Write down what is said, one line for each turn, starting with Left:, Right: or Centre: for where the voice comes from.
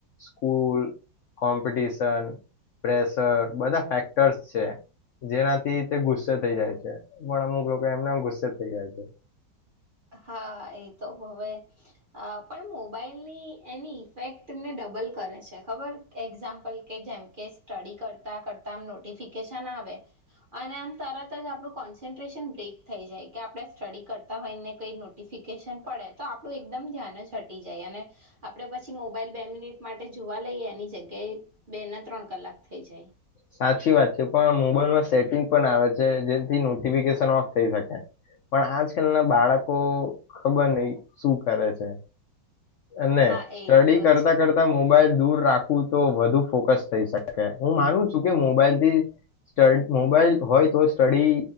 Left: સ્કૂલ કોમ્પિટિશન પ્રેશર બધા ફેક ફેક્ટર છે જેનાથી તે ગુસ્સે થઇ જાય છે પણ અમુક લોકો એમનેમ ગુસ્સે થઇ જાય છે
Right: હા એ તો હવે પણ મોબાઈલ ની એની ઈફેક્ટ ને ડબલ કરે છે ખબર એક્ઝામ્પલ કે જેમકે સ્ટડી કરતાં કરતા તામ નોટફિકેશન આવે અને આમ તરત જ આપડું કોન્સન્ટ્રેશન બ્રેક થઈ જાય કે આપણે સ્ટડી કરતા હોય કઈ નોટિફિકેશન પડે તો આપણું એકદમ ધ્યાન જ હટી જાય અને આપણે પછી મોબાઈલ બે મિનિટ માટે જોવા લઈએ એની જગ્યાએ બે ને ત્રણ કલાક થઈ જાય.
Left: સાચી વાત છે પણ મોબાઈલમાં સેટિંગ પણ આવે છે જેથી નોટિફિકેશન ઓફ થઈ શકે પણ આજકાલ ના બાળકો ખબર નહી શું કરે છે. અને
Right: હા
Left: સ્ટડી
Right: એ તો
Left: કરતા
Right: છે
Left: કરતા મોબાઈલ. દૂર રાખું તો વધુ ફોકસ થઈ શકે હું માનું છું કે મોબાઈલ થી સ મોબાઈલ હોય તો સ્ટડી